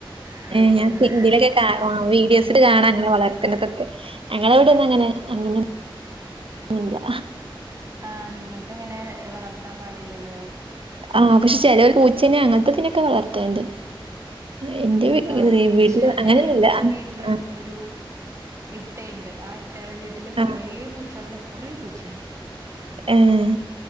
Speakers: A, on the right (about 35°); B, on the right (about 85°).
A: കൊഴപ്പൊന്നുല്ല
B: ഏഹ് <unintelligible> ക്കാ ആഹ് വീഡിയോസിൽ കാണാ അങ്ങനെ വളർത്തുന്നതൊക്കെ ഞങ്ങള അവിടൊന്നും അങ്ങനെ അങ്ങനെ ഇല്ല.
A: ആഹ് നിങ്ങൾക്ക് അങ്ങനെ വളർത്താൻ പാടില്ലല്ലോ?
B: ആഹ് പക്ഷെ ചെലോല് പൂച്ചനെ അങ്ങനത്തെ ഇതിനൊക്കെ വളർത്തണ്ട്. ഏഹ് ഇൻ്റെ വീ
A: ആഹ് പൂച്ച
B: വീട്ടില് അങ്ങനെയൊന്നുല്ല.
A: ഞങ്ങിളിപ്പറത്തെ വീട്ടില്
B: ആഹ്
A: ഒരു ഇത്തയുണ്ട് ആ ഇത്തയുടെ വീട്ടില് കൊറേ
B: ആഹ്
A: പൂച്ചകള് കൊറെ പൂച്ചയുണ്ട്.
B: ഏഹ്